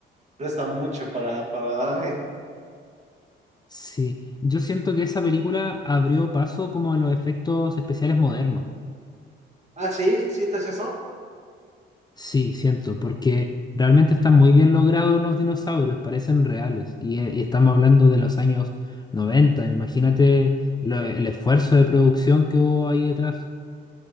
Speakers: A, on the right (about 35°); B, on the left (about 20°).
A: Presta mucho para, para darle. <laughs>
B: Sí, yo siento que esa película abrió paso como a los efectos especiales modernos.
A: Ah, sí, sí, ¿te es eso?
B: Sí, siento, porque realmente están muy bien logrados los dinosaurios, parecen reales. Y, eh, y estamos hablando de los años 90. Imagínate lo- el esfuerzo de producción que hubo ahí detrás.